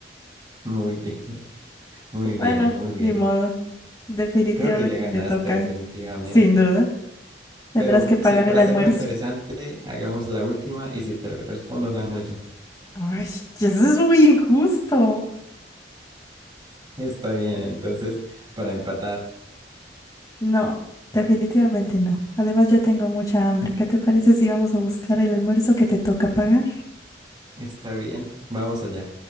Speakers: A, on the right; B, on the left.
A: Muy bien, <laughs> muy
B: Bueno,
A: bien, muy bien.
B: ni modo. Definitivamente
A: Creo que ya ganaste
B: te toca,
A: definitivamente.
B: sin duda. Tendrás
A: Pero
B: que pagar
A: si para
B: el
A: hacerlo
B: almuerzo.
A: interesante, hagamos la última y si te la respondo, gano yo.
B: Ay, eso es muy injusto.
A: Está bien, entonces, para empatar.
B: No, definitivamente no. Además, ya tengo mucha hambre. ¿Qué te parece si vamos a buscar el almuerzo que te toca pagar?
A: Está bien, vamos allá.